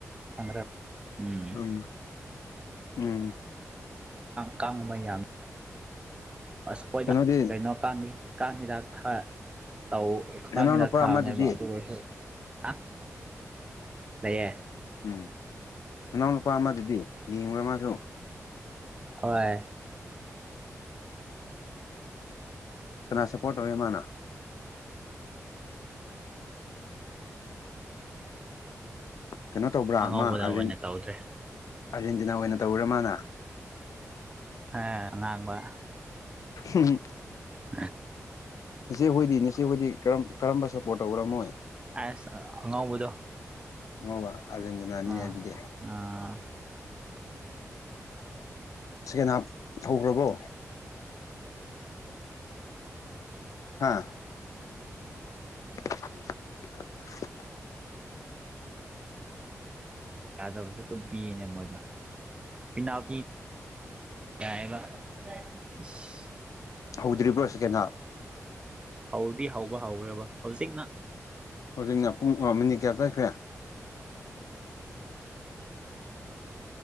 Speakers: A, on the right; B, on the left.
A: ꯐꯪꯒ꯭ꯔ INAUDIBLE
B: ꯎꯝ ꯎꯝ
A: INAUDIBLE ꯑꯥꯁ ꯑꯩꯈꯣꯏꯗꯤ
B: ꯀꯩꯅꯣꯗꯤ
A: ꯀꯩꯅꯣ ꯀꯥꯡꯉꯤ ꯀꯥꯡ ꯍꯤꯗꯥꯛ ꯊꯥ ꯇꯧ
B: ꯅꯅꯥꯎ
A: ꯀꯥꯡ ꯍꯤꯗꯥꯛ
B: ꯅꯨꯄꯥ
A: ꯊꯥꯕꯅꯦꯕ
B: ꯑꯃꯗꯨꯗꯤ
A: ꯑꯗꯨ ꯑꯣꯏꯔꯖꯨ ꯑꯥ ꯗꯩꯌꯦ
B: ꯑꯪ ꯅꯅꯥꯎꯅꯨꯄꯥ ꯑꯃꯗꯨꯗꯤ ꯌꯦꯡꯕ꯭ꯔꯥ ꯃꯥꯁꯨ
A: ꯍꯣꯏꯌꯦ
B: ꯀꯅꯥ ꯁꯞꯄꯣꯔꯠ ꯇꯧꯋꯦ ꯃꯥꯅ ꯀꯩꯅꯣ ꯇꯧꯕ꯭ꯔꯥ
A: ꯑꯉꯧꯕꯗ
B: ꯑꯃ ꯑꯥꯔꯖꯦꯟ
A: ꯑꯣꯏꯅ ꯇꯧꯗ꯭ꯔꯦ
B: ꯑꯥꯔꯖꯦꯟꯇꯤꯅꯥ ꯑꯣꯏꯅ ꯇꯧꯔꯤꯔꯥ ꯃꯥꯅ
A: ꯑꯥ ꯑꯉꯥꯡꯕ
B: INAUDIBLE
A: INAUDIBLE
B: ꯏꯆꯦ ꯍꯣꯏꯗꯤ ꯅꯆꯦ ꯍꯣꯏꯗꯤ ꯀꯔꯝ ꯀꯔꯝꯕ ꯁꯞꯄꯣꯔꯠ ꯇꯧꯕ꯭ꯔꯥ ꯃꯣꯏ
A: ꯑꯩꯁ ꯑꯉꯧꯕꯗꯣ
B: ꯑꯉꯧꯕ ꯑꯥꯔꯖꯦꯟꯇꯤꯅꯥꯅꯤꯅꯦ
A: ꯑꯥ
B: ꯑꯗꯨꯗꯤ
A: ꯑꯥ
B: ꯁꯦꯀꯦꯟ ꯍꯥꯞ ꯍꯧꯈ꯭ꯔꯕꯣ ꯍꯥꯥ INAUDIBLE
A: ꯌꯥꯗ꯭ꯔꯕꯖꯨ ꯗꯨꯝ ꯄꯤꯌꯦꯅꯦ ꯃꯣꯏꯗ ꯄꯤꯅꯥꯜꯇꯤ ꯌꯥꯏꯌꯦꯕ ꯢꯁ
B: ꯍꯧꯗ꯭ꯔꯤꯕ꯭ꯔꯣ ꯁꯤꯀꯦꯟ ꯍꯥꯞ
A: ꯍꯧꯗꯤ ꯍꯧꯕ ꯍꯧꯈ꯭ꯔꯕ ꯍꯧꯖꯤꯛꯅ
B: ꯍꯧꯖꯤꯛꯅ ꯃꯤꯅꯤꯠ ꯀꯌꯥ ꯆꯠꯈ꯭ꯔꯦ